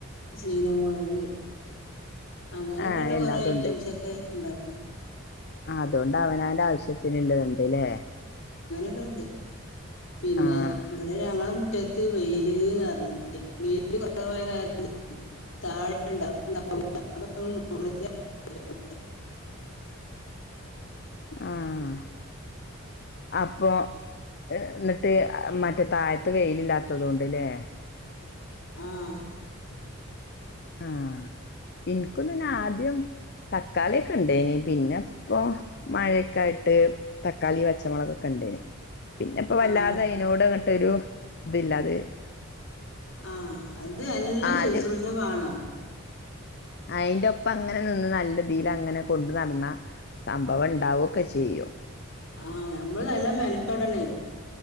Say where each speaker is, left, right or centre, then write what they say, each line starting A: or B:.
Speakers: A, on the left; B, on the left.
A: ചീനമുളക് അങ്ങനെക്കെള്ള
B: ആഹ് എല്ലാതും
A: കൊറെ ഐറ്റംസക്കെ ഇണ്ടാക്കും.
B: ആഹ് അതോണ്ട് അവനാന്റെ ആവശ്യത്തിന്ള്ളത് ഇണ്ട്ലേ
A: അതകണ്ട്. പിന്നെ
B: ആഹ്
A: ഇവിടെ ഞങ്ങള് മുറ്റ മുറ്റത്ത് വെയില്ന്നർഞ്ഞതില്ല, വെയില് കുറവായ കാരണ താഴെണ്ട ഇണ്ടാവുല അപ്പോ ഞങ്ങള് മുകളിലെ <unintelligible> <inaudible>
B: ആഹ്, അപ്പൊ എന്നിട്ട് അ മറ്റേ താഴത്ത് വെയിലില്ലാത്തതോണ്ട് ലെ
A: ആഹ്
B: ആാാഹ് ഇൻകുതന്നെ ആദ്യം തക്കാളിക്കെണ്ടേനി, പിന്നെ ഇപ്പൊ മഴക്കായി ട്ട് തക്കാളി പച്ചമൊളകൊക്കെണ്ടേനി. പിന്നെ ഇപ്പോ വല്ലാതെ
A: ആഹ്
B: അയ്നോട്ങ്ങട്ടൊരു ഇതില്ലാതായി.
A: ആഹ്, അത് എല്ല
B: ആദ്യം
A: സുശ്രൂഷവാണോ
B: അയിന്റെ ഒപ്പം അങ്ങനെ നിന്ന് നല്ലഇതിലങ്ങനെ കൊണ്ട് നടന്നാ സംഭവണ്ടാവൊക്കെ ചെയ്യും.
A: ആ നമ്മൾ നല്ല മെനക്കടണേ